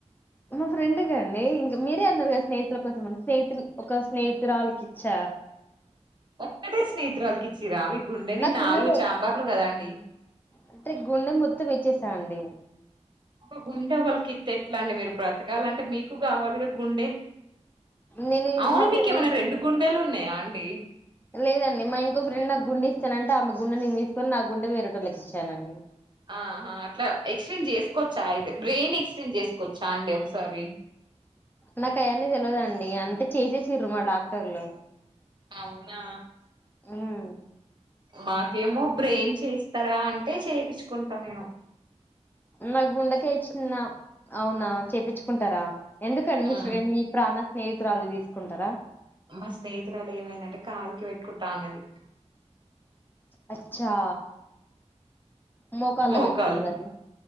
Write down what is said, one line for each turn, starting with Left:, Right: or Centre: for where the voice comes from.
Left: మా ఫ్రెండ్ కి అండి ఇంకా మీరే అన్నరు గదా స్నేహితుల కోసం స్నేహితులు ఒక స్నేహితురాలికి ఇచ్చా
Right: ఒక్కతే స్నేహితురాల్కి ఇచ్చిరా మీ గుండెని
Left: నాకున్నది
Right: నాలుగు చాంబార్లు గదా అండి
Left: అంటే గుండె మొత్తం ఇచ్చేసాండి
Right: ఒకల్ గుండె ఒకల్కి ఇత్తే ఎట్లా అండి మీరు బ్రతకాల అంటే మీకు కావాలిగా గుండె
Left: నేను ఇం
Right: అవును
Left: మా
Right: మీకు
Left: ఫ్రె
Right: ఎమన్న
Left: ఇం
Right: రెండు గుండెలు ఉన్నాయా అండి
Left: లేదండి మా ఇంకో ఫ్రెండ్ ఆ గుండె ఇస్తానంటే ఆమె గుండె నేను తీసుకొని నా గుండె వేరే టోళ్ళకి ఇచ్చానండి
Right: ఆహా అట్లా ఎక్స్ట్రేంజ్ చేసుకోవచ్చా అయితే బ్రెయిన్ ఎక్స్ట్రేంజ్ చేసుకోవచ్చా అండి ఒకసారి
Left: నాకు ఆయన్ని తెల్వదు అండి అంటే చేసేసిర్రు మా డాక్టర్లు
Right: అవునా
Left: హ్మ్
Right: మాకేమో బ్రెయిన్ చేస్తారా అంటే చేపిచ్చుకుంట నేను
Left: నా గుండెకాయ్ ఇచ్చిన అవునా చేపిచ్చుకుంటారా ఎందుకు అండి మీ
Right: ఉమ్,
Left: ఫ్రె మీ ప్రాణ స్నేహితురాల్ది తీసుకుంటరా
Right: మా స్నేహితురాలు ఏమైన అంటే కాలుకి పెట్టుకుంటా అన్నది
Left: అచ్చా మోకాళ్ళ
Right: మోకాల్
Left: పెట్టుకుంటదటనా